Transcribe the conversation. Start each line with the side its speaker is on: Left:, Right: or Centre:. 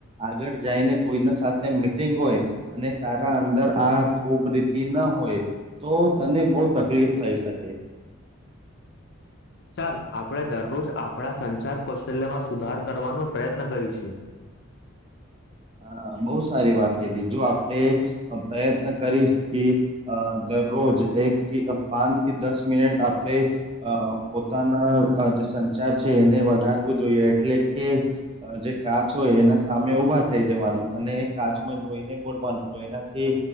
Right: આગળ જઈને કોઈના સાથે. મીટિંગ હોય અને તારા અંદર આ ખુબ રીતે. ના હોય તો તને બહ તકલીફ થઈ શકે.
Left: ચાલ આપણે દરરોજ આપણા સંચાર કૌશલ્યમાં સુધાર કરવાનો પ્રયત્ન કરીશું. <unintelligible>
Right: હા બહુ સારી વાત કીધી જો આપણે પ્રયત્ન કરીશ કે રોજ એક પાંચ થી દસ મિનિટ આપણે અ પોતાના જે સંચાર છે એને વધારવું. જોઈએ એટલે કે જે કાચ હોય એના સામે ઉભા થ જવાનું અને કાચમાં જોઈને બોલવાનું તો એનાથી